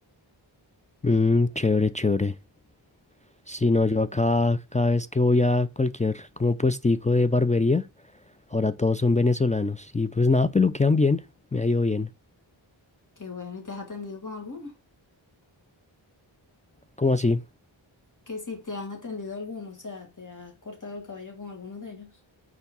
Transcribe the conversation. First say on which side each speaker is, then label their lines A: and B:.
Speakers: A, on the left; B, on the left.
A: Mm, chévere, chévere. Si no, yo acá cada vez que voy a cualquier como puestico de barbería, ahora todos son venezolanos y pues nada, peluquean bien, me ha ido bien.
B: Qué bueno, ¿y te has atendido con alguno?
A: ¿Cómo así?
B: que si te han atendido alguno, o sea, te has cortado el cabello con alguno de ellos.